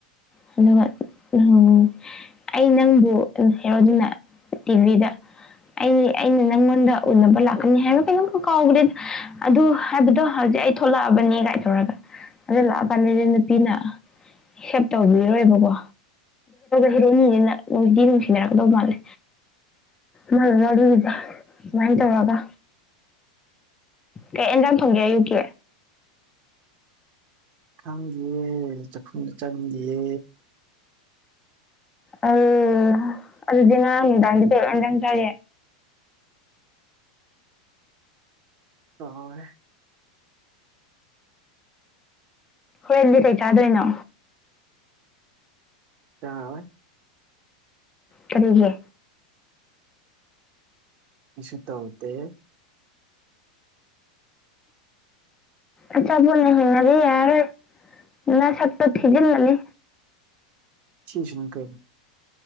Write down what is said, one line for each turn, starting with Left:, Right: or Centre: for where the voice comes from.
Left: <unintelligible> ꯑꯩ ꯅꯪꯕꯨ ꯍꯦꯔꯣꯖꯤꯅ ꯇꯤꯚꯤꯗ ꯑꯩ ꯑꯩꯅ ꯅꯪꯉꯣꯟꯗ ꯎꯅꯕ ꯂꯥꯛꯀꯅꯤ ꯍꯥꯏꯕꯔ ꯀꯩꯅꯣꯝ ꯀꯥꯎꯒꯔꯦ ꯑꯗꯨ ꯍꯥꯏꯕꯗꯣ ꯍꯧꯖꯤꯛ ꯑꯩ ꯊꯣꯛꯂꯛꯑꯕꯅꯤ ꯀꯥꯏ ꯊꯧꯔꯒ ꯑꯗꯨ ꯂꯥꯛꯑꯀꯥꯟꯗꯗꯤ ꯅꯨꯄꯤꯅ ꯑꯦꯁꯦꯞ ꯇꯧꯕꯤꯔꯣꯏꯕꯀꯣ <unintelligible> ꯍꯦꯔꯦꯟꯅꯤꯅ ꯅꯨꯡꯗꯤ ꯅꯨꯡꯁꯤꯅꯔꯛꯀꯗꯧ ꯃꯥꯜꯂꯦ ꯃꯥꯏ ꯋꯥꯔꯤꯁꯦ ꯁꯨꯃꯥꯏ ꯇꯧꯔꯒ ꯀꯩ ꯑꯦꯟꯖꯥꯡꯝ ꯊꯣꯡꯒꯦ ꯑꯌꯨꯛꯀꯤ
Right: ꯈꯪꯗꯤꯌꯦ ꯆꯥꯛꯈꯨꯝꯗ ꯆꯪꯗꯤꯌꯦ
Left: ꯑꯩꯠꯍꯥ ꯑꯗꯨꯗꯤ ꯉꯔꯥꯡ ꯅꯨꯡꯗꯥꯡꯗꯤ ꯀꯔꯤ ꯏꯟꯁꯥꯡ ꯆꯥꯒꯦ
Right: <unintelligible>
Left: ꯍꯣꯔꯦꯟꯗꯤ ꯀꯩ ꯆꯥꯗꯣꯏꯅꯣ
Right: ꯆꯥꯔꯣꯏ
Left: ꯀꯔꯤꯒꯤ
Right: ꯀꯩꯁꯨ ꯇꯧꯗꯦ
Left: ꯑꯆꯥꯕꯣꯠꯅ ꯍꯤꯡꯉꯗꯤ ꯌꯥꯔꯦꯏ ꯅꯥꯁꯛꯇꯣ ꯊꯤꯖꯤꯜꯂꯅꯤ
Right: ꯆꯤꯁꯨ ꯀꯩ